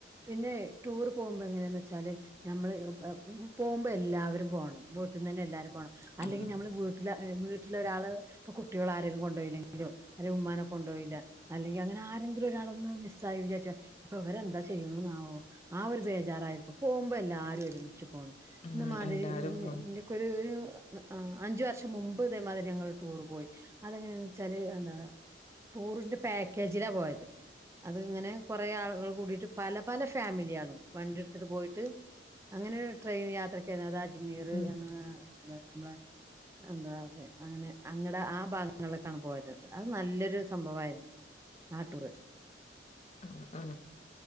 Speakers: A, on the right; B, on the left.
A: പിന്നെ ടൂർ പോകുമ്പോ എങ്ങനെയാന്ന് വെച്ചാല് ഞമ്മള് പോകുമ്പോ എല്ലാവരും പോണം വീട്ട്ന്ന് തന്നെ എല്ലാരും പോണം അല്ലെങ്കിൽ
B: ഉം
A: ഞമ്മള് വീട്ടിലാ <unintelligible> വീട്ടിലൊരാള് ഇപ്പ കുട്ട്യേള് ആരെങ്കിലും കൊണ്ടോയില്ലങ്കിലോ അല്ലെ ഉമ്മാനെ കൊണ്ടോയില്ല അല്ലെങ്കി അങ്ങനെ ആരെങ്കിലും ഒരാളൊന്ന് മിസ്സ് മിസ്സായി വിചാരിച്ചാ ഇപ്പൊ ഇവരെന്താ ചെയ്യണ്ന്നാവോ ആ ഒരു ബേജാറായിരിക്കും. പോവുമ്പോ എല്ലാവാരും ഒരുമി ച്ച് പോണം
B: ഉം
A: ഇന്ന മാതിരി
B: എല്ലാരും
A: <unintelligible>
B: പോണം
A: ഒരു ആ അഞ്ചു വർഷം മുമ്പ് ഇതേമാതിരി ഞങ്ങള് ടൂർ പോയി അതെങ്ങനെയാന്ന് വെച്ചാല് എന്താ ടൂറിന്റെ പാക്കേജിലാ പോയത് അത് ഇങ്ങനെ കുറേ ആളുകൾ കൂടിട്ട് പല പല ഫാമിലി കാണും വണ്ടി എടുത്തിട്ട് പോയിട്ട് അങ്ങനെ ട്രെയിൻ യാത്രക്ക് അതാ അ ജ്മീർ
B: ഉം
A: എന്ന നമ്മളെ എന്താ അങ്ങനെ അങ്ങടെ ആ ഭാഗങ്ങളിലേക്കാണ് പോയത്ത് അത് നല്ലൊരു സംഭവമായിരുന്നു ആ ടൂറ്
B: ആ ആ